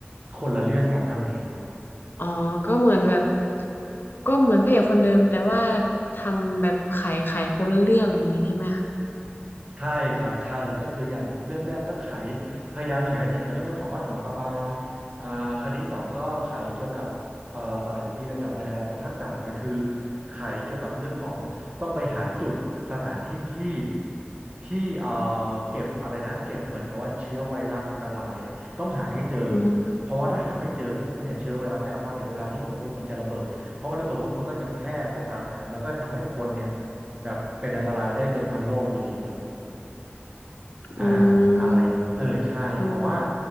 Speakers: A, on the right (about 25°); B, on the left (about 55°).
A: คนละเรื่องกันเท่านั้นเอง
B: อ๋อก็เหมือนแบบก็เหมือนพระเอกคนเดิมแต่ว่าทำแบบขายขายคนละเรื่องแบบนี้ใช่ไหมคะ
A: ใช่ครับใช่ก็คืออย่างเรื่องแรกก็ไขพยายามไขคดีเกี่ยวกับเรื่องของพระสันตะปาปาอ่าคดีสองก็ไขเกี่ยวกับเอ่ออะไรเนี่ยพี่ก็จำไม่ได้แล้วแต่ภาคสามเนี่ยคือไขเกี่ยวกับเรื่องของต้องไปหาจุดสถานที่ที่ที่เอ่อเก็บอะไรนะเก็บเหมือนกับว่าเชื้อไวรัสอันตรายอ่ะต้องหาให้เจอ
B: อืม
A: เพราะว่าถ้าหาไม่เจอปุ๊บเนี่ยเชื้อไวรัสเนี่ยพอถึงเวลาที่กำหนดปุ๊บมันจะระเบิดพอมันระเบิดปุ๊บมันก็จะแพร่ไปตามน้ำแล้วก็ทำให้คนเนี่ยแบบเป็นอันตรายได้เกือบทั้งโลกเลยทีเดียว อ่า
B: อื
A: อะไรเออใช่แต่ว่า
B: มดู